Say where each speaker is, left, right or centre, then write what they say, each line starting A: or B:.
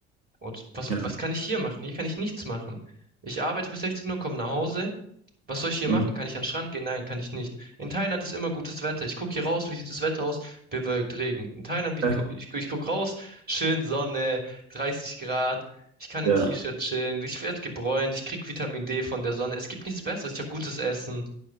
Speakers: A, on the right (about 30°); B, on the right (about 70°).
A: Und was,
B: Ja.
A: was kann ich hier machen? Hier kann ich nichts machen. Ich arbeite bis 16 Uhr, komme nach Hause, was soll ich hier
B: Mhm.
A: machen? Kann ich an den Strand gehen? Nein, kann ich nicht. In Thailand ist immer gutes Wetter. Ich gucke hier raus, wie sieht das Wetter aus? Bewölkt, Regen. In Thailand, wie,
B: <laughs>
A: gu- ich, gu- ich gucke raus, schön Sonne, 30 Grad. Ich kann
B: Ja.
A: in T-Shirt chillen. Ich werde gebräunt. Ich krieg Vitamin D von der Sonne. Es gibt nichts Besseres. Ich habe gutes Essen.